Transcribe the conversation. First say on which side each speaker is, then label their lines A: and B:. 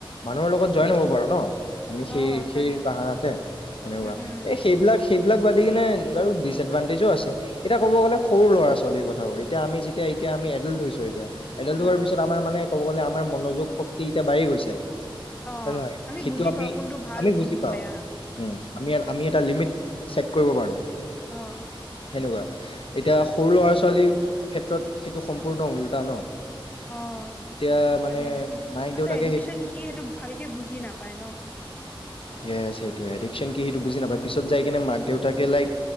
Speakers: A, on the left; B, on the left.
A: মানুহৰ লগত জয়েন
B: উম
A: হ'ব
B: উম
A: পাৰোঁ ন, আমি সেই
B: অ
A: সেই
B: তাকে তাকে
A: বাহানাতে। সেনেকুৱা,
B: উম উম
A: এই সেইবিলাক সেইবিলাক বাদ কিনে বাৰু ডিচ এডভানটেজো আছে। এতিয়া ক'ব গ'লে সৰু ল'ৰা ছোৱালীৰ <unintelligible> এতিয়া আমি যেতিয়া এতিয়া আমি এদল্ড হৈছো এতিয়া, এদল্ড
B: উম
A: হোৱাৰ
B: উম
A: পিছত আমাৰ মানে- ক'ব গ'লে আমাৰ মনোযোগ শক্তি, এতিয়া বাঢ়ি গৈছে।
B: অ
A: হয় নহয়
B: আমি
A: সেইটো
B: বুজি
A: আমি-আমি
B: পাওঁ কোনটো ভাল কোনটো
A: বুজি পাও,
B: বেয়া
A: উম। আমি-আমি এটা লিমিট ছেট কৰিব পাৰো।
B: অহ',
A: সেনেকুৱা, এতিয়া সৰু ল'ৰা ছোৱালীৰ ক্ষেত্ৰত সেইটো সম্পূৰ্ণ ওলোটা ন।
B: অ',
A: এতিয়া মানে
B: লাগে-লাগে,
A: মায়েক
B: সিহঁতে
A: দেউতাকে
B: এডিকচন
A: সেইটো
B: কি সেইটো ভালকে বুজি নাপায় ন সেইটো।
A: য়েছ সেইটোৱেই, এডিকশ্যন কি সেইটো বুজি নাপায়, পিছত যাই কিনে মাক দেউতাকে লাইক